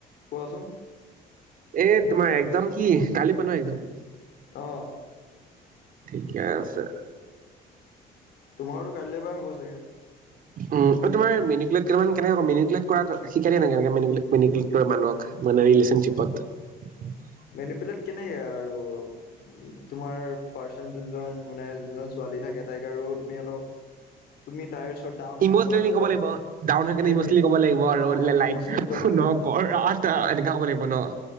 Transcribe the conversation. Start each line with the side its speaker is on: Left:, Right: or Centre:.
Left: কোৱাচোন?
Right: এ, তোমাৰ একজাম কি কালি পোৱান একজাম।
Left: আহ।
Right: ঠিকে আছে।
Left: তোমাৰতো কাইলৈ পৰা হ'ব চাগে।
Right: <unintelligible>
Left: <unintelligible> তুমি তাইৰ ওচৰত ডাউন হৈ
Right: ইমোচনেলি
Left: যাবা আৰু অলপ
Right: ক'ব লাগিব ডাউন হৈ কাৰে
Left: সেইটোৱে
Right: ইমোচনেলি ক'ব লাগিব আৰু
Left: অ
Right: লাইক
Left: ইমচনেল
Right: এ
Left: ক'ব
Right: এনেকুৱ
Left: লাগিব
Right: ক'ব লাগিব ন।